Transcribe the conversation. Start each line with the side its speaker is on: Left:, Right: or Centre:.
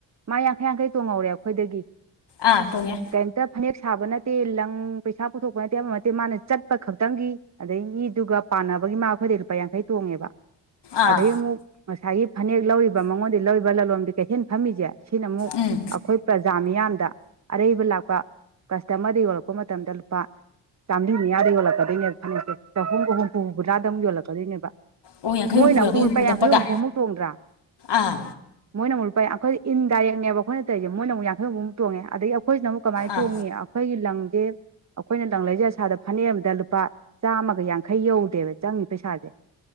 Right: ꯃꯥ ꯌꯥꯡꯈꯩ ꯌꯥꯡꯈꯩ ꯇꯣꯡꯍꯧꯔꯦ ꯑꯩꯈꯣꯏꯗꯒꯤ
Left: ꯑꯥ ꯇꯨꯡꯉꯦ
Right: ꯀꯩꯝꯇ ꯐꯅꯦꯛ ꯁꯥꯕ ꯅꯠꯇꯦ ꯂꯪ ꯄꯩꯁꯥ ꯄꯨꯊꯣꯛꯄ ꯅꯠꯇꯦ ꯑꯃ ꯅꯠꯇꯦ ꯃꯥꯅ ꯆꯠꯄ ꯈꯛꯇꯪꯒꯤ ꯑꯗꯩ ꯃꯤꯗꯨꯒ ꯄꯥꯟꯅꯕꯒꯤ ꯃꯥ ꯑꯩꯈꯣꯏꯗ ꯂꯨꯄꯥ ꯌꯥꯡꯈꯩ ꯇꯣꯡꯉꯦꯕ
Left: ꯑꯥ
Right: ꯑꯗꯒꯤ ꯑꯃꯨꯛ ꯉꯁꯥꯏꯒꯤ ꯐꯅꯦꯛ ꯂꯧꯔꯤꯕ ꯃꯉꯣꯟꯗ ꯂꯧꯔꯤꯕ ꯂꯂꯣꯟꯕꯤ ꯀꯩꯊꯦꯜ ꯐꯝꯃꯤꯁꯦ ꯁꯤꯅ ꯑꯃꯨꯛ
Left: ꯎꯝ
Right: ꯑꯩꯈꯣꯏ ꯄ꯭ꯔꯖ ꯖꯥ ꯃꯤꯌꯥꯝꯗ ꯑꯔꯩꯕ ꯂꯥꯛꯄ ꯀꯁꯇꯃꯔꯗ ꯌꯣꯜꯂꯛꯄ ꯃꯇꯝꯗ ꯂꯨꯄꯥ ꯆꯥꯝꯔꯤꯅꯤꯌꯥꯗ ꯌꯣꯂꯛꯀꯗꯣꯏꯅꯦ ꯐꯅꯦꯛꯁꯦ ꯆꯥꯛꯍꯨꯝ ꯆꯍꯨꯝ ꯄꯨꯕꯗ꯭ꯔꯥꯗ ꯑꯃꯨꯛ ꯌꯣꯜꯂꯛꯗꯣꯏꯅꯦꯕ
Left: ꯑꯣ ꯌꯥꯡꯈꯩ
Right: ꯃꯣꯏꯅ
Left: ꯍꯨꯝꯐꯨ
Right: ꯑꯃꯨꯛ
Left: ꯍꯨꯝꯐꯨ
Right: ꯂꯨꯄꯥ ꯌꯥꯡꯈꯩ
Left: ꯅꯞꯄꯒ
Right: ꯍꯨꯝꯐꯨꯃꯨꯛ ꯇꯣꯡꯗ꯭ꯔꯥ
Left: ꯑꯥ
Right: ꯃꯣꯏꯅ ꯑꯃꯨꯛ ꯂꯨꯄꯥ ꯌꯥꯡꯈꯩ ꯏꯟꯗꯥꯏꯔꯦꯛꯅꯦꯕ ꯑꯩꯈꯣꯏꯅ ꯇꯧꯔꯤꯁꯦꯣꯏꯅ ꯑꯃꯨꯛ ꯌꯥꯡꯩꯨꯛ ꯇꯣꯡꯉꯦ ꯑꯗꯒꯤ ꯑꯩꯈꯣꯏꯁꯤꯅ ꯑꯃꯨꯛ ꯀꯃꯥꯏꯅ
Left: ꯑꯥ
Right: ꯇꯣꯡꯉꯤ ꯑꯩꯈꯣꯏꯒꯤ ꯂꯪꯁꯦ ꯑꯩꯈꯣꯏꯅ ꯂꯪ ꯂꯩꯖ ꯑ ꯁꯥꯥꯗ ꯐꯅꯦꯛ ꯑꯃꯗ ꯂꯨꯄꯥ ꯆꯥꯝꯃꯒ ꯌꯥꯡꯈꯩ ꯌꯧꯗꯦꯕ ꯆꯪꯉꯤ ꯄꯩꯁꯥꯁꯦ